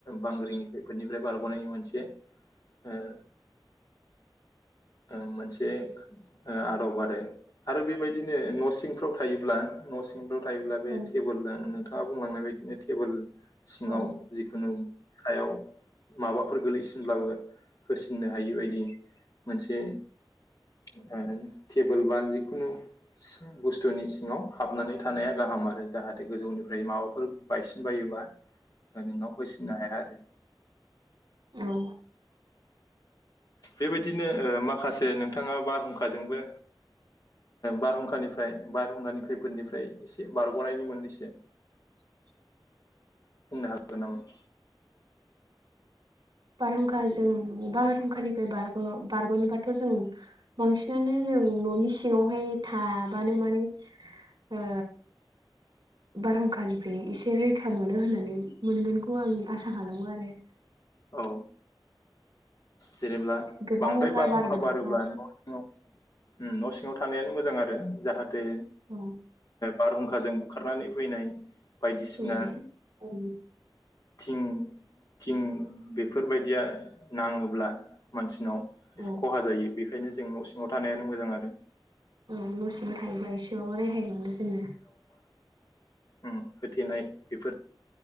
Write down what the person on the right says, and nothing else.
औ
औ
औ
<inaudible>
बारहुंखाजों बारहुंखानिफ्राय बारग'-बारग'नोबाथ' जों बांसिनानो जों न'नि सिङावहाय थाबानो माने ओ बारहुंखानिफ्राय एसे रैखा मोनो होननानै मोनगोनखौ आं आसा खालामो आरो।
गोबां
बार
बारोब्लाथ'
औ
फैनाय औ
औ
औ न' सिङाव थायोबा एसेबाबो रेहाय मोनो जोङो।